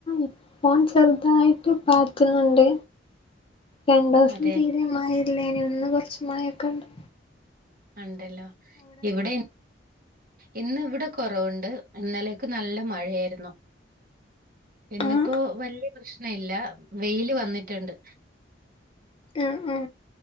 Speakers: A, on the left; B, on the right.
A: ഇപ്പ ചെറുതായിട്ട് പാറ്റുന്നുണ്ട് രണ്ടു ദിവസം
B: അതെ
A: തീരെമായി ഇല്ല ഇനി ഒന്ന് കൊറച്ച് മഴൊക്കെ ഉണ്ട്
B: ഉണ്ടല്ലോ ഇവിടെ ഇന്ന് ഇവിടെ കുറവുണ്ട് ഇന്നലെയക്ക് നല്ല മഴയായിരുന്നു എന്നിപ്പോ
A: ആഹ്
B: വലിയ പ്രശ്ന ല്ല വെയില് വന്നിട്ടുണ്ട്
A: ആഹ ആഹ